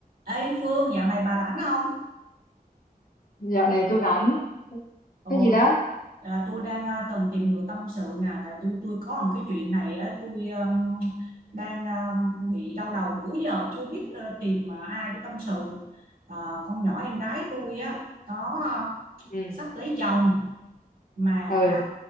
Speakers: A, on the right; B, on the left.
A: Ê Phương, dạo này bà rảnh không?
B: dạo này tôi rảnh
A: Ồ,
B: cái gì đó
A: à, tôi đang à, cần tìm người tâm sự nè, tại tôi tôi có một cái chuyện này á, tôi um, đang à, bị đau đầu bữa giờ chưa biết ờ, tìm à, ai để tâm sự. À, con nhỏ em gái tôi á, nó à,
B: ừ
A: sắp lấy chồng mà
B: ừ